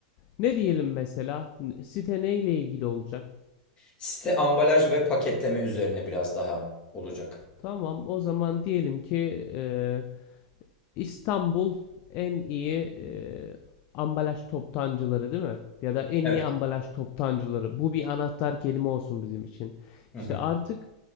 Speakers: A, on the left; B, on the left.
A: Ne diyelim mesela? Site neyle ilgili olacak?
B: Site ambalaj ve paketleme üzerine biraz daha olacak.
A: Tamam o zaman diyelim ki e, İstanbul en iyi e, ambalaj toptancıları değil mi? Ya da en
B: Evet.
A: iyi ambalaj toptancıları. Bu bir anahtar kelime olsun bizim için.
B: Hı
A: İşte
B: hı.
A: artık